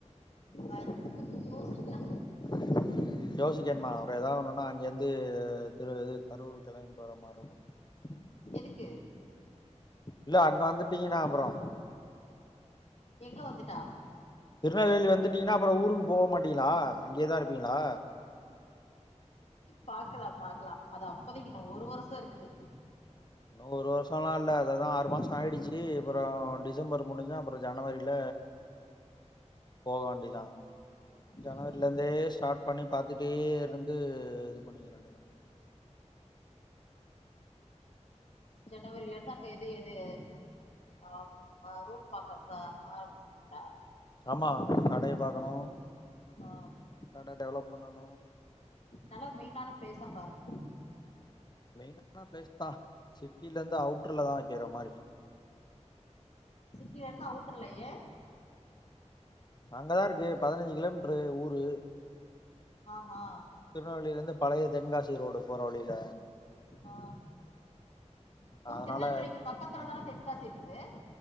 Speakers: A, on the left (about 60°); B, on the left (about 35°).
A: வர்றது பத்தி யோசிக்கலா
B: <unintelligible> யோசிக்கன்மா அப்பற ஏதாது ஒன்னுனா அங்கிருந்து திரு இது கரூர் கெளம்பி போற மாரி இருக்கு <inaudible>
A: எதுக்கு
B: இல்ல அங்க வந்துட்டிங்கன்னா அப்பறோ
A: எங்க வந்துட்டா
B: திருநெல்வேலி வந்துட்டிங்கன்னா அப்பற ஊருக்கு போக மாட்டிங்களா அங்கயேதா இருப்பிங்களா
A: பாக்கலா பாக்கலா அது அப்போதைக்கு இன்னு ஒரு வருஷ இருக்குது
B: இன்ன ஒரு வருஷலா இல்ல அததா ஆறு மாச ஆயிடுச்சு அப்புறோ டிசம்பர் முடிஞ்சா அப்பற ஜனவரில போக வேண்டிதா ஜனவரில
A: ம்
B: இருந்தே ஸ்டார்ட் பண்ணி பாத்துட்டே இருந்து இது பண்ணிக்கிற வேண்டிதா
A: ஜனவரிலருந்து அங்க எது எது ஆ ம ரூம் பாக்க ச ஆரம்பிச்சிருவிங்களா
B: ஆமா கடைய பாக்கணு
A: ஆ
B: கட டெவலப் பண்ணணு
A: நல்லா மெயினான ப்ளேஸா பாருங்க
B: மெயினான ப்ளேஸ் தா சிட்டிலருந்து அவுட்டர்லதா வெக்கற மாரி
A: சிட்டிலருந்து அவுட்டர்ல ஏ
B: அங்கதாருக்கு பதினஞ்சு கிலோமீட்டரு ஊரு
A: ஆ ஹா
B: திருநெல்வேலிலருந்து பழைய தென்காசி ரோடு போற வழில
A: ஆ இப்போ
B: அதனால
A: திருநெல்வேலிக்கு பக்கத்துல தான தென்காசி இருக்குது